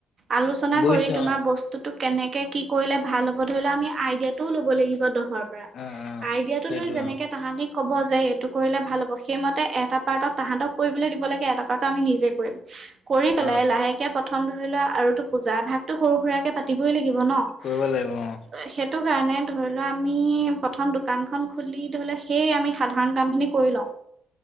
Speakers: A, on the right; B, on the left.
A: আলোচনা
B: বুজিছোঁ
A: কৰি তোমাৰ
B: অ',
A: বস্তু তোটো কেনেকে কি কৰিলে ভাল হ'ব ধৰি লওঁ আমি আইডিয়াটোও ল'ব লাগিব দহৰ পৰা।
B: অ', অ',
A: আইডিয়াটো
B: সেইটোৱে
A: লৈ যেনেকে
B: অ',
A: তাহতি ক'ব যে এইটো কৰিলে ভাল হ'ব সেইমতে এটা পাৰ্টত তাহাঁতক কৰিবলৈ দিব লাগে এটা পাৰ্টত আমি নিজে কৰিম। কৰি পেলাই
B: অ',
A: লাহেকে প্ৰথম ধৰি লোৱা আৰুতো পূজা এভাগতটো সৰু সুৰাক কে পাতিবয়ে লাগিব ন।
B: কৰিব লাগিব অ'।
A: সেই সেইটো কাৰণে ধৰি লোৱা আমি প্ৰথম দোকানখন খুলি ধৰি লওঁ সেই আমি সাধাৰণ কামখিনি কৰি লওঁ।